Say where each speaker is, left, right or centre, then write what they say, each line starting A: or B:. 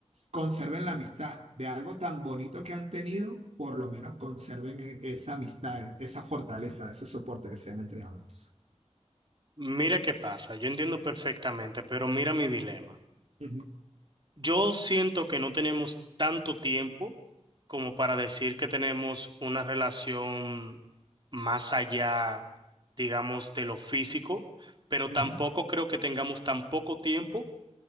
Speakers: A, on the right; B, on the right.
A: conserven la amistad de algo tan bonito que han tenido, por lo menos conserven e- esa amistad, e- esa fortaleza, ese soporte que se dan entre ambos.
B: Mira qué pasa, yo entiendo perfectamente, pero mira mi dilema.
A: Ujú,
B: Yo siento que no tenemos tanto tiempo como para decir que tenemos una relación más allá, digamos, de lo físico, pero tampoco
A: ujú.
B: creo que tengamos tan poco tiempo